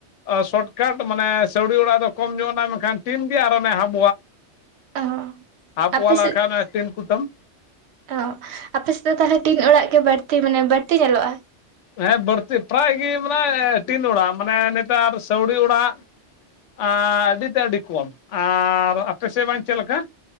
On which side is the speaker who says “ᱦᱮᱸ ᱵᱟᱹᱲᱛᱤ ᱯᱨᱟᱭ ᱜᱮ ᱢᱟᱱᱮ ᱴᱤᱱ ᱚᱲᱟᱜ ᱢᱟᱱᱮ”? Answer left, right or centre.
Left